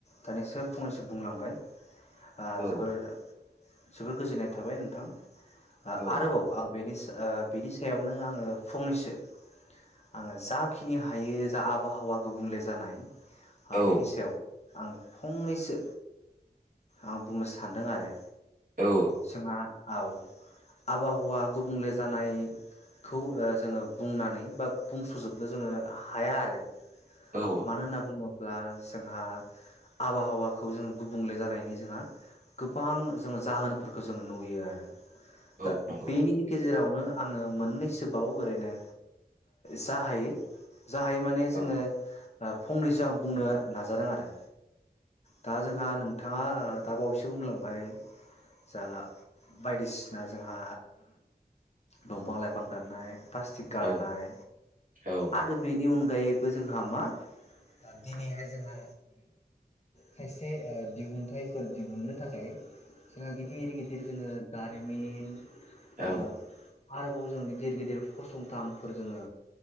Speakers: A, on the left; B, on the right.
A: दाानिसो फंनैसो बुंलांबाय आ
B: औ
A: जोबोर जोबोर गोजोननाय थाबाय नोंथां। ओ
B: औ
A: आरोबाव आं बेनि सा ओ बिनि सायावनो आङो फंनैसो आङो जाखिनि हायो जा आबहावा गुबुंले जानाय आ
B: औ
A: बेनि सायाव आं फंनैसो आं बुंनो सानदों आरो
B: औ
A: जोंहा औ आबहावा गुबुंले जानायखौ ओ जोङो बुंनानै बा बुंसजोबनो जोङो हाया आरो।
B: औ
A: मानो होनना बुङो ब्ला जोंहा आबहावाखौ जोंङो गुबुंले जानायनि जोंहा गोबां जोङो जाहोनोफोरखौ जोङो नुयो आरो दा
B: औ नंगौ
A: बेनि गेजेरावनो आङो मोननैसोबाव ओरैनो जा हायो जा हायो माने जोङो
B: औ
A: ओ फंनैसो आं बुंनो नाजादों आरो दा जोंहा नोंथाङा ओ दाबावैसो बुंलांबाय जा बायदिसिना जोंहा दंफां लाइफां दाननाय प्लास्टिक गारनाय
B: औ औ
A: आरो बेनि अन गायैबो जोंहा मा दिनैहाय जोंहा खायसे ओ दिहुनथाइफोर दिहुननो थाखाय जोंहा गिदिर गिदिर जोङो दारिमिन ओ
B: औ
A: आरोबाव जों गिदिर गिदिर फसंथानफोर जोङो